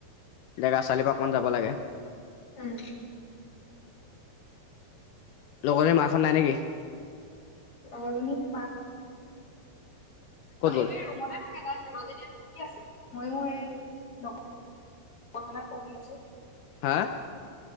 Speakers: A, on the left; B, on the left.
A: দেগা চালি পা অকণমান যাব লাগে।
B: উম।
A: লগৰজনি মাকহট নাই নেকি?
B: লগৰ জনিৰ মাক
A: ক'ত
B: তাইয়ো
A: গ'ল
B: এই ৰুমতে থাকে, তাই ধেমাজিতে পঢ়ি আছে, মইয়ো এই ন মানে পঢ়ি আছোঁ।
A: হাঁ